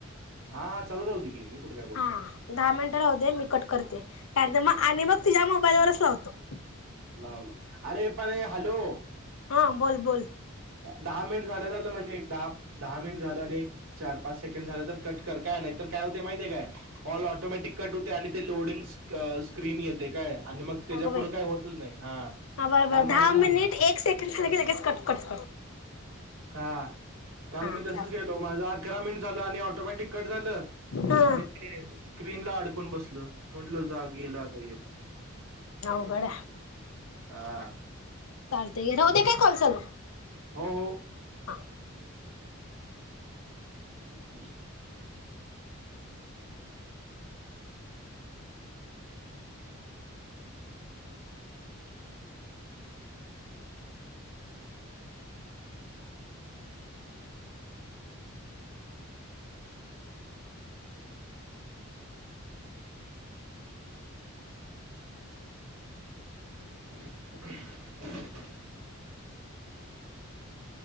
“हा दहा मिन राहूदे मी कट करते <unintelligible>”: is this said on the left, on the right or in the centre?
Left